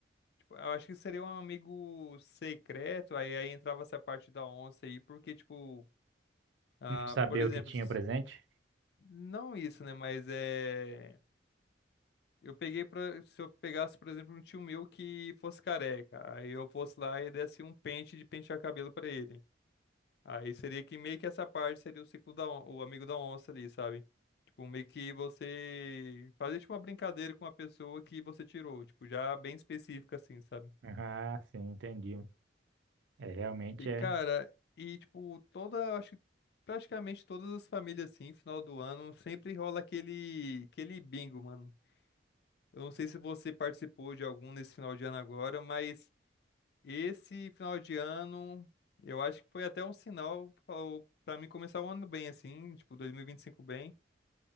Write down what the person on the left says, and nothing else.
Eu acho que seria um amigo secreto, aí, aí entrava essa parte da onça aí, porque, tipo, ah,
por exemplo,
s-
não isso, né? Mas é. Eu peguei pra. Se eu pegasse, por exemplo, um tio meu que fosse careca, aí eu fosse lá e desse um pente de pentear cabelo pra ele. Aí seria que meio que essa parte seria o ciclo da on... o amigo da onça ali, sabe? Tipo, meio que você fazer tipo uma brincadeira com a pessoa que você tirou, tipo, já bem específica assim, sabe?
E,
cara, e tipo, toda, acho que praticamente todas as famílias, assim, final do ano, sempre rola aquele, aquele bingo, mano. Eu não sei se você participou de algum nesse final de ano agora, mas esse final de ano, eu acho que foi até um sinal pra pra mim começar o ano bem, assim, tipo, dois mil e e vinte e cinco bem.